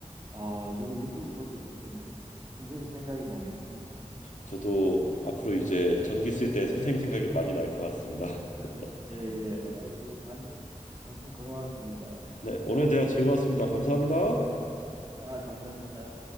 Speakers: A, on the right; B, on the left.
A: 어, 요 유튜브 볼 때도 좀 선생님 생각이 나겠습니다.
B: 저도 앞으로 이제 전기 쓸 때 선생님 생각이 많이 날 것 같습니다.
A: 아,
B: <laughs>
A: 예, 예.
B: 네,
A: 아이고, 말씀, 말씀 고마웠습니다.
B: 네, 오늘 대화 즐거웠습니다. 감사합니다.
A: 아, 감사합니다.